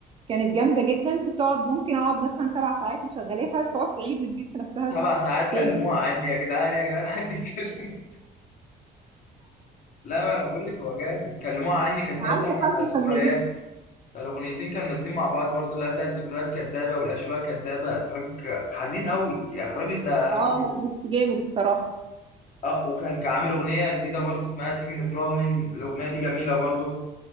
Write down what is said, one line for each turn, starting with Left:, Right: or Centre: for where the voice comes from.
Right: كانت جامده جدا كنت اقعد ممكن اقعد مثلا سبع ساعات مشغلاها تقعد تعيد وتزيد في نفسها
Left: سبع ساعات
Right: تاني
Left: كلموها عني يا جدعان يا جدعان حد يكلم <laughs> لا ما انا بقول لك هو جامد كلموها عني كانت نازله
Right: عارفه
Left: مع
Right: حالة الفنان
Left: ذكريات الاغنيتين كانوا نازلين مع بعض برضو اللي هي بتاعت ذكريات كدابه والاشواق كدابه راجل حزين قوي يعني الراجل ده
Right: اه لا بس جامد الصراحه
Left: اه وكان عامل اغنيه جديده برضو اسمها تيجي نتراهن الاغنيه دي جميله برضو